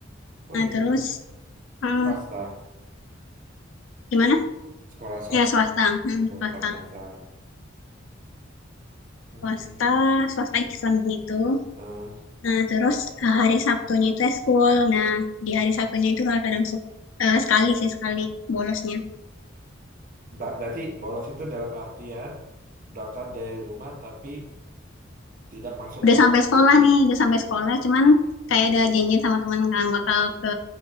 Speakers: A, on the right; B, on the left.
A: Kok
B: Nah
A: bisa?
B: terus hmm,
A: Swasta,
B: gimana?
A: sekolah swasta.
B: Ya swasta, Hmm,
A: Oh,
B: swasta,
A: pantasan. Oke.
B: swasta, swasta Islam gitu.
A: Eh,
B: Nah, terus eh, hari Sabtunya itu eskul. Nah, di hari Sabtunya itu lah kadang suka eh, sekali sih sekali bolosnya.
A: ba- berarti bolos itu dalam artian berangkat dari rumah tapi tidak masuk
B: Udah
A: ke
B: sampai
A: dalam.
B: sekolah nih, udah sampai
A: ya.
B: sekolah, cuman kayak
A: Nah,
B: ada janjian sama teman kan bakal ke